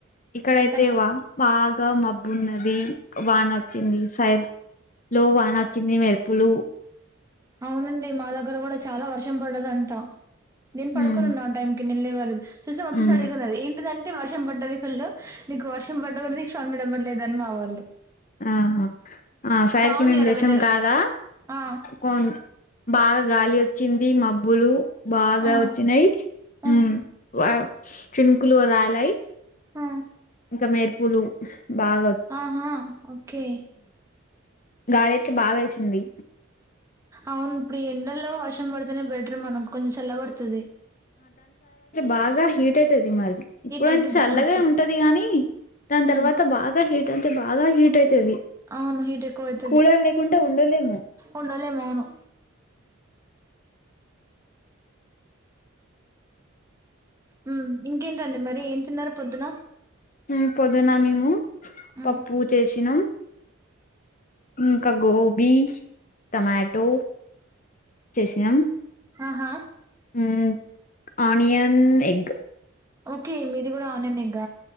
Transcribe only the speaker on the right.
ఇంకా
చ్-
అవునండి మా దగ్గర కూడా చాలా వర్షం పడ్డదంట నేను పడుకొని
ఉన్న ఆ టైం కి నేను లేవలేదు చూసే మొత్తం
తడిగా ఉంది ఏంటిదంటే అంటే వర్షం పడ్డది ఫుల్ నీకు వర్షం పడ్డ కూడా నీ సౌం <unintelligible> లేదని మా వాళ్లు
బాగుంది
ఇయాల
వెదర్
ఆ
ఆ
ఆ
ఆ
ఆహా ఓకే
అవును ఇప్పుడు ఈ ఎండలో వర్ష ర్షం పడితేనే బెటర్ మనకి కొంచెం చల్లబడతది
అయితది
కరెక్టే
హ్మ్
అవును హీట్ ఎక్కువ అయితది
ఉండలేము అవును ఉహ్ ఇంకేంటండి మరి ఏం తిన్నారు పొద్దున
హ్మ్
ఆహా
ఓకే మీది కూడా ఆనియన్ ఎగ్గ